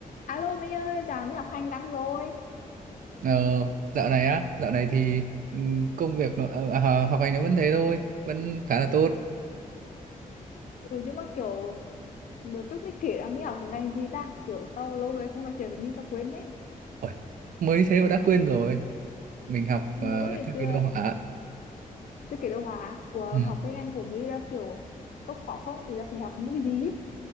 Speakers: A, on the left; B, on the right.
A: Alo Mỹ ơi, dạo Mỹ học hành đăng rồi.
B: Ờ, dạo này á, dạo này thì ừm, công việc nó, ờ, à, học hành nó vẫn thế thôi, vẫn khá là tốt.
A: Ừ nhưng mà kiểu đợt trước mới kể là Mỹ học ngành gì ta? Kiểu tao lâu rồi không nói chuyện với Mỹ tao quên đấy.
B: Ôi, mới thế mà đã quên rồi. Mình học
A: Xin
B: ờ,
A: lỗi này
B: thiết
A: chưa?
B: kế đồ họa.
A: Tôi kể đồ hả? Ủa
B: Ừ.
A: học cái ngành của Mỹ ra kiểu có khó không? Ý là phải học những cái gì?